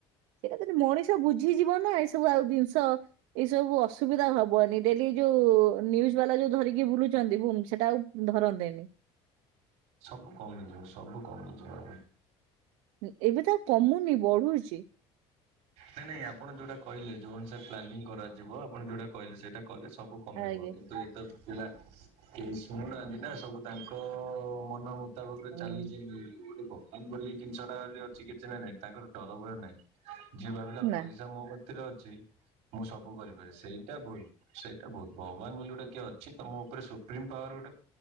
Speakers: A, on the right (about 80°); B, on the right (about 65°).
A: ସେଇଟା ଯଦି ମଣିଷ ବୁଝିଯିବ ନା ଏ ସବୁ ଆଉ ଜିନିଷ ଏଇ ସବୁ ଅସୁବିଧା ହବନି ଡେଲି ଯୋଉ ନ୍ୟୁଜ ବାଲା ଯୋଉ ଧରିକି ବୁଲୁଛନ୍ତି ଭୂମ୍ ସେଟା ଆଉ ଧରନ୍ତେନି।
B: ସବୁ କମିଯିବ ସବୁ କମିଯିବ ଆଜ୍ଞା।
A: ଉଁ ଏବେ ତ ଆଉ କମୁନି ବଢୁଚି।
B: ନାଇଁ ନାଇଁ ଆପଣ ଯୋଉଟା କହିଲେ ଯୋଉ ଅନୁସାରେ ପ୍ଲାନିଂ କରାଯିବ ଆପଣ ଯୋଉଟା କହିଲେ ସେଇଟା କଲେ ସବୁ କମିବ
A: ଆଗେ।
B: କିନ୍ତୁ ଏ ତ ପିଲା କେହି ଶୁଣୁନାହାନ୍ତି ନା ସବୁ ତାଙ୍କ ମନ ମୁ ତାବକ ରେ
A: ହୁଁ
B: ଚାଲିଚି ଏମିତି ଗୋଟେ ଭଗବାନ ବୋଲି ଜିନିଷଟା ବୋଲି ଅଛି କିଛି ନା ନାଇଁ ତାଙ୍କର ଡର ଭୟ ନାହିଁ। ଯିଏ ଭାବିଲା
A: ନା
B: ପଇସା ମୋ କତିରେ ଅଛି ମୁଁ ସବୁ କରିପାରିବି ସେଇଟା ଭୁଲ। ସେଇଟା ଭୁଲ୍ ଭଗବାନ ବୋଲି ଗୋଟେ କିଏ ଅଛି ତମ ଉପରେ ସୁପ୍ରିମ ପାୱାର ଗୋଟେ